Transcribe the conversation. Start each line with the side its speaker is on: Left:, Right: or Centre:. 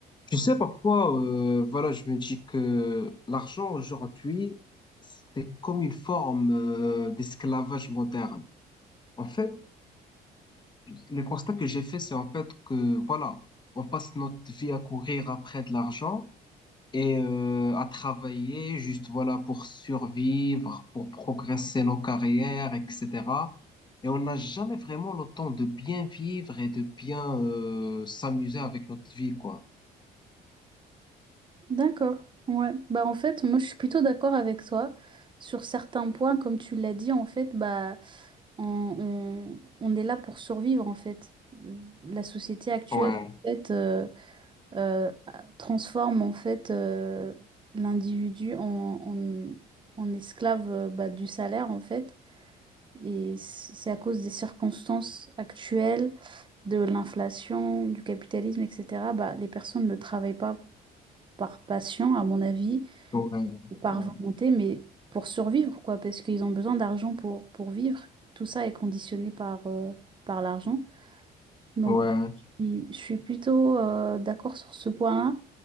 Left: Tu sais, parfois, euh, voilà, je me dis que l'argent aujourd'hui, c'est comme une forme euh, d'esclavage moderne. En fait, le constat que j'ai fait, c'est en fait que, voilà, on passe notre vie à courir après de l'argent et euh, à travailler juste, voilà, pour survivre, pour progresser nos carrières, etc. Et on n'a jamais vraiment le temps de bien vivre et de bien euh, s'amuser avec notre vie, quoi.
Right: D'accord. Ouais. Bah en fait, moi je suis plutôt d'accord avec toi sur certains points, comme tu l'as dit, en fait, bah on, on- on est là pour survivre en fait. La société actuelle
Left: Ouais,
Right: en fait euh, euh, transforme en fait euh, l'individu en, en- en esclave euh, bah, du salaire en fait. Et c- c'est à cause des circonstances actuelles, de l'inflation, du capitalisme, etc. Bah, les personnes ne travaillent pas par passion, à mon avis
Left: ouais,
Right: ou par
Left: ouais.
Right: volonté, mais pour survivre, quoi, parce qu'ils ont besoin d'argent pour, pour vivre. Tout ça est conditionné par, euh, par l'argent. Donc,
Left: Ouais,
Right: je suis je suis plutôt euh, d'accord sur ce point-là.